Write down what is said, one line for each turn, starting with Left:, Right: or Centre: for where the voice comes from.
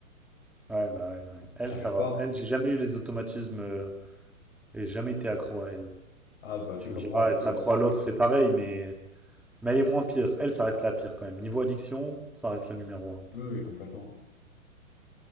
Centre: Ouais, bah ouais, ouais. Elle,
Left: J'arrive
Centre: ça va.
Left: pas.
Centre: Elle, j'ai jamais eu les automatismes euh, et jamais été accro à elle.
Left: Ah, bah, c'est
Centre: Tu
Left: comme
Centre: me diras,
Left: moi avec
Centre: être
Left: l'autre.
Centre: accro à l'autre, c'est pareil, mais Mais elle est moins pire. Elle, ça reste la pire quand même. Niveau addiction, ça reste le numéro un.
Left: Oui, oui, complètement.